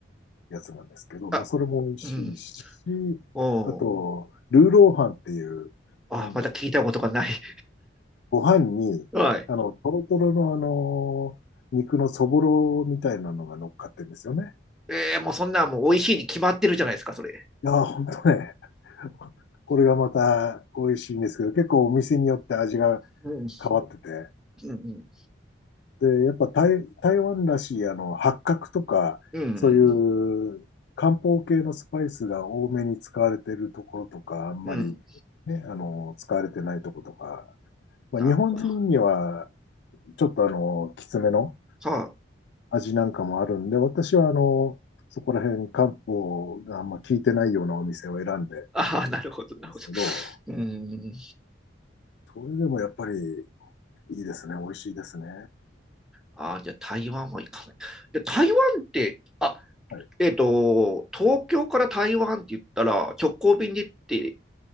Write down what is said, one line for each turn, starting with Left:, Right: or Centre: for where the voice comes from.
Left: やつなんですけど、
Centre: あ、
Left: まあ、それも美味しいし、
Centre: うん。おお。
Left: あと、ルーローハンっていう、
Centre: あ、
Left: なんで、
Centre: また聞いたことがない。<laughs>
Left: ご飯に、
Centre: はい。
Left: あの、トロトロのあの、肉のそぼろみたいなのが乗っかってるんですよね。
Centre: ええもうそんなもう美味しいに決まってるじゃないですか、それ。
Left: いやー、ほんとね、これがまた美味しいんですけど、結構お店によって味が
Centre: うん、うん、
Left: 変わってて、
Centre: うん、
Left: で、やっぱ台、台湾らしいあの八角とか、
Centre: うん、
Left: そういう漢方系のスパイスが多めに使われてるところとか、あんまり、
Centre: うん。
Left: ね、あの使われてないところとか、まあ、
Centre: なるほど。
Left: 日本人には
Centre: は
Left: ちょっとあのきつめの
Centre: あ、
Left: 味なんかもあるんで、私はあのそこら辺漢方があんま効いてないようなお店を選んでる
Centre: ああ、なるほど、なるほど。
Left: んですけど、
Centre: うーん。
Left: それでもやっぱりいいですね、美味しいですね。
Centre: ああ、じゃあ台湾は行かない。で、台湾って、あ、
Left: はい
Centre: えっと、東京から台湾って言ったら直行便で行って